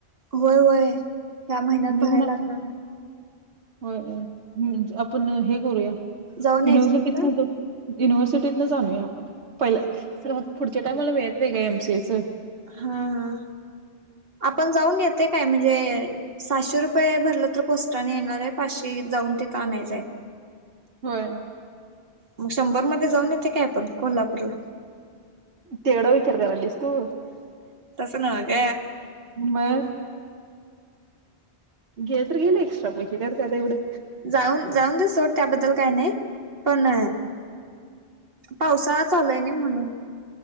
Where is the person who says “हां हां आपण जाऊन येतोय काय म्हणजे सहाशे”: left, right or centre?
Right